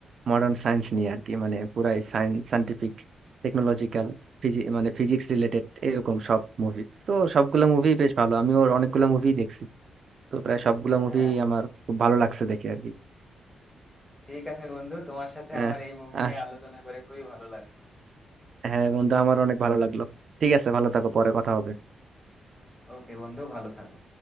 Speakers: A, on the right; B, on the left.
A: মডার্ন সায়েন্স নিয়ে আর কি মানে পুরাই সায়েন্স সায়েন্টিফিক টেকনোলজিক্যাল মানে ফিজিক্স রিলেটেড এরকম সব মুভি তো সবগুলো মুভি বেশ ভালো আমি ওর অনেকগুলো মুভি দেখছি তো প্রায় সবগুলো
B: হ্যাঁ
A: মুভি আমার খুব ভালো লাগছে দেখে আর কি
B: ঠিক আছে বন্ধু তোমার সাথে
A: আহ,
B: আমার এই মুভি নিয়ে
A: আস-
B: আলোচনা করে খুবই ভালো লাগলো
A: হ্যাঁ বন্ধু আমার অনেক ভালো লাগলো ঠিক আছে ভালো থাকো পরে কথা হবে
B: ওকে বন্ধু ভালো থাকো